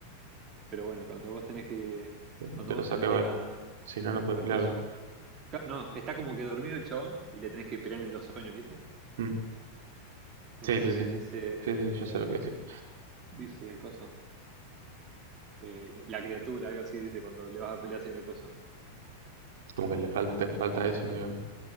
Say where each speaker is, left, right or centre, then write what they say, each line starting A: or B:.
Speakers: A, on the right; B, on the right.
A: Pero bueno, cuando vos tenés que.
B: Te
A: Cuando
B: te
A: vos
B: lo saca
A: te metés
B: igual.
A: a.
B: Si no, no puedes
A: a
B: pelearle.
A: coso. ca- No, está como que dormido el chabón y le tenés que pelear en los sueños, ¿viste?
B: Mm.
A: Entonces
B: Sí, sí, sí.
A: dice.
B: Sí, sí, sí, ya sé lo que decís.
A: Dice coso. eh, la criatura, algo así, dice cuando le vas a pelear sin el coso.
B: Como que le falta, falta eso, digamos.